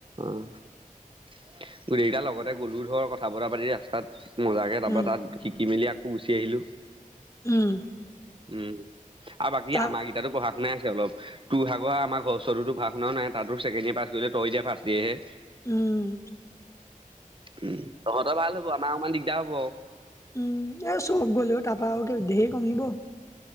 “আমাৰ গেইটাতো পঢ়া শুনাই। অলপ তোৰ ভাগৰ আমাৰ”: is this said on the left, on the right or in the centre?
Right